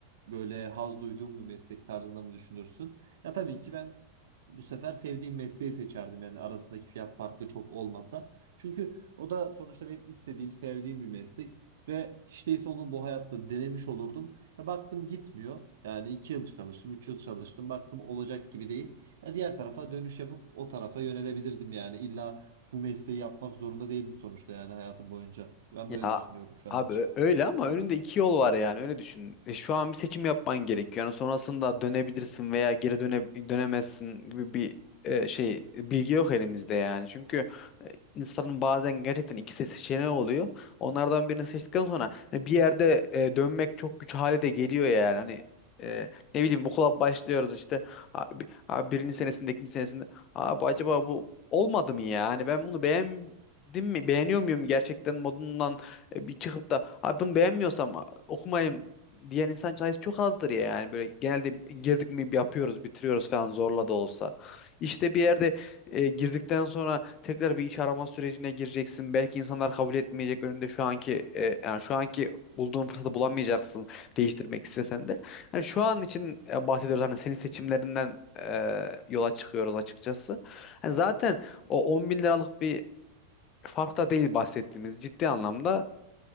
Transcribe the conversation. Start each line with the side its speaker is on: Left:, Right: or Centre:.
Right: böyle haz duyduğum bir meslek tarzında mı düşünürsün? Ya tabii ki ben bu sefer sevdiğim mesleği seçerdim yani arasındaki fiyat farkı çok olmasa. Çünkü o da sonuçta benim istediğim, sevdiğim bir meslek. Ve hiç değilse onu bu hayatta denemiş olurdum. Ya baktım gitmiyor. Yani iki yıl çalıştım, üç yıl çalıştım. Baktım olacak gibi değil. Ya diğer tarafa dönüş yapıp o tarafa yönelebilirdim yani. İlla bu mesleği yapmak zorunda değilim sonuçta yani hayatım boyunca. Ben
Left: Ya
Right: böyle düşünüyorum şu
Left: abi
Right: an için.
Left: ö- öyle ama önünde iki yol var yani öyle düşün. E, şu an bir seçim yapman gerekiyor. Yani sonrasında dönebilirsin veya geri döne, dönemezsin gibi bir e, şey bilgi yok elimizde yani. Çünkü insanın bazen gerçekten ikisi seçeneği oluyor. Onlardan birini seçtikten sonra hani bir yerde e, dönmek çok güç hale de geliyor yani. Hani e, ne bileyim okula başlıyoruz işte abi, abi birinci senesinde ikinci senesinde abi acaba bu olmadı mı ya? Hani ben bunu beğendim mi? Beğeniyor muyum gerçekten modundan e, bir çıkıp da abi bunu beğenmiyorsam okumayayım diyen insan sayısı çok azdır ya yani böyle genelde girdik mi yapıyoruz bitiriyoruz falan zorla da olsa. İşte bir yerde e, girdikten sonra tekrar bir iş arama sürecine gireceksin. Belki insanlar kabul etmeyecek önünde şu anki e, yani şu anki bulduğun fırsatı bulamayacaksın değiştirmek istesen de. Hani şu an için e, bahsediyoruz hani senin seçimlerinden e, yola çıkıyoruz açıkçası. Hani zaten o 10 bin liralık bir fark da değil bahsettiğimiz ciddi anlamda